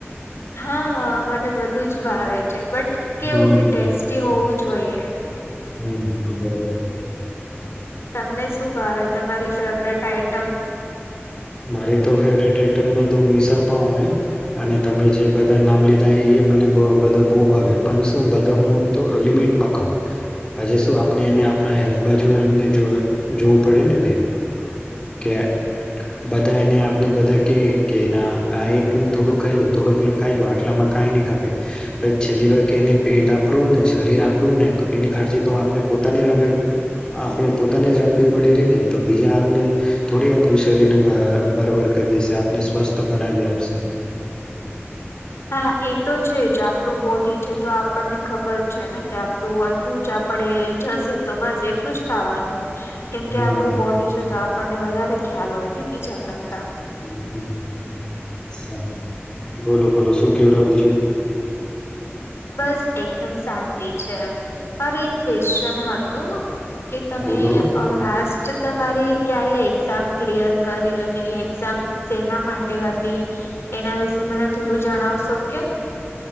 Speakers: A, on the left; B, on the left.
A: હા મને બધું જ ભાવે છે બટ કેવું
B: હમ
A: કે ટેસ્ટી હોવું જોઈએ.
B: હમમ હમમ બરાબર બરાબર.
A: તમને શું ભાવે તમારી ફેવરેટ આઈટમ?
B: મારી તો ફેવરટ આઈટમ માં તો મિસળપાવ હોય અને તમે જે બધા નામ લીધા એ. કે મને બધા બો ભાવે પણ શું બધા હું તો લિમિટમાં ખાવ. પછી શું આપણે એને આપણા હેલથ બાજુ એને જો જોવું પડે ને બેન. કે બધા એને આપણે બધા કે કે ના આ એક થોડુંક ખાઈલું થોડું થોડું ખાઈલો આટલામાં તો કાય ની ખપે પછી છેલ્લી વા એને પેટ આપડુ ને શરીર આપડું ને એની કાળજી તો આપણે પોતાની રાખવી આપડે પોતાની જ રાખવી પડી તીને બીજા આવીને થોડી આપડી શરીરને બરા બરાબર કરી દેશે આપને સ્વસ્થ બનાવી આપશે.
A: હા એ તો છે જ આપણું બોડી છે તો આપણને ખબર છે ને કે આપણું એટલું જ આપડે જશે તો બસ એટલું જ ખાવાનું
B: હમ
A: કેમ કે આપડું બોડી છે તો આપ આપણને વધારે ખ્યાલ હોય ને બીજા કરતા
B: હ હ સારું. બોલો બોલો શું કેવરા બીજું.
A: બસ એકદમ શાંતિ છે, પર એક પેશચન હતું. કે તમે
B: બોલો
A: લ જો તમારી ક્યારે એક્ઝામ ક્લિયર કરી અને એક્ઝામ જેના માટે હતી? એના વિશે મને થોડું જણાવશો કે?